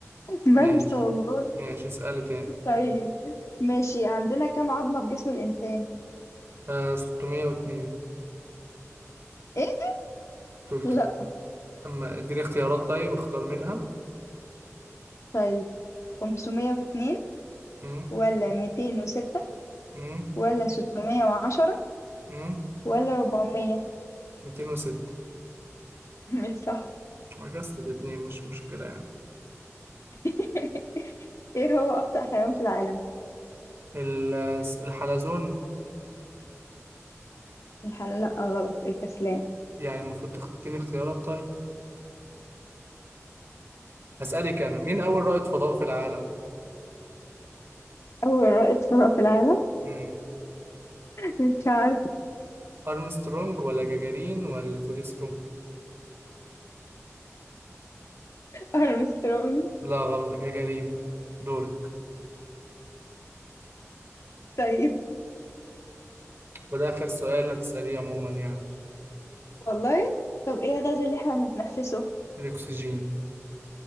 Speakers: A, on the left (about 65°); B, on the right (about 55°).
A: بنسى
B: ماشي
A: والله
B: ماشي اسألي تاني
A: طيب ماشي عندنا كم عظمة في جسم الإنسان
B: آه 602
A: ايه
B: تلت...
A: لا
B: اما اديني اختيارات طيب اختار منها
A: طيب 502
B: مم.
A: ولا 206
B: مم.
A: ولا 610
B: مم.
A: ولا 400
B: 206
A: مش صح
B: عجزت الاتنين مش مشكلة يعني
A: <laughs> ايه هو أبطأ حيوان في العالم
B: ال- الحلزون
A: الحل لا غلط الكسلان
B: يعني المفروض تخ- تديني اختيارات طيب هسألك انا مين اول رائد فضاء في العالم
A: أول رائد فضاء في العالم
B: مم.
A: مش عارف
B: ارمسترونج ولا جاجارين ولا توريستو
A: أرمسترونج
B: لا غلط جاجارين دورك
A: طيب
B: وده اخر سؤال هتسأليه عموما يعني
A: والله طب إيه الغاز اللي إحنا بنتنفسه
B: الأكسجين